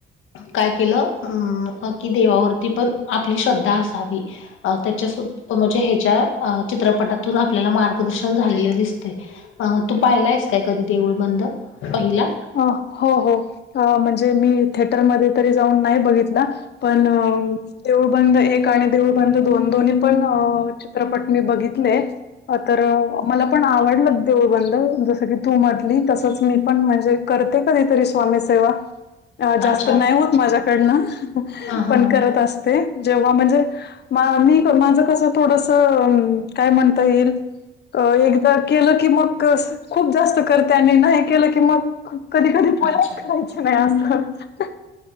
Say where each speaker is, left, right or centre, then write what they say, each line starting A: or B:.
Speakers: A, on the left (about 80°); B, on the left (about 55°).
A: काय केलं अं कि देवावरती पण आपली श्रद्धा असावी. अ त्याच्या म्हणजे ह्याच्या चित्रपटातून आपल्याला मार्गदर्शन झालेले दिसते. अ तू पाहिला आहेस काय कधी देऊळ बंद पहिला?
B: अ हो हो म्हणजे मी थिएटरमध्येध्ये तरी जाऊन नाही बघितला. पण. देऊळ बंद एक आणि देऊळ बंद दोन दोन्ही पण चित्रपट मी बघित. तर मला पण आवडलं देवळबंद जस की तू मारली तसच मी. पण म्हणजे करते कधीतरी स्वामी सेवा. अ
A: अच्छा
B: जास्त नाही होत माझ्याकडनं
A: हां हां
B: पण करत असते. जेव्हा म्हणजे मी माझं कसं थोडस काय म्हणता येईल. अ एकदा केलं की मग खूप जास्त करते आणि नाही केलं की कि मग कधी कधी पोळ्याच
A: अच्छा
B: करायच्या नाही असतात.